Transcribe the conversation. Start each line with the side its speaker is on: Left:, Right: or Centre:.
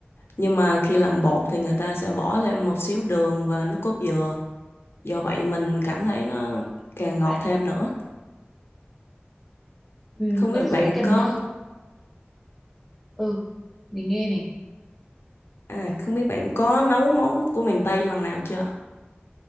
Left: nhưng mà khi làm bột thì người ta sẽ bỏ thêm một xíu đường và nước cốt dừa do vậy mình cảm
Centre: À,
Left: thấy nó càng
Centre: ra
Left: ngọt
Centre: vậy.
Left: thêm nữa
Centre: Ừ,
Left: không biết
Centre: ở dưới
Left: bạn
Centre: Cần
Left: có
Centre: Thơ, ừ mình nghe này,
Left: à không biết bạn có nấu món của miền Tây lần nào chưa